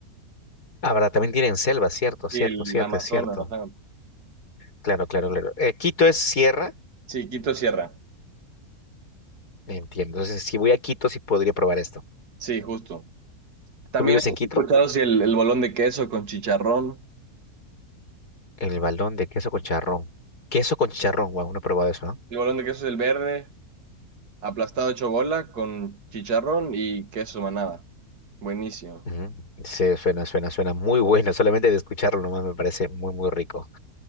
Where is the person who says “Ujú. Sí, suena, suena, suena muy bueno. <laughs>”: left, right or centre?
Left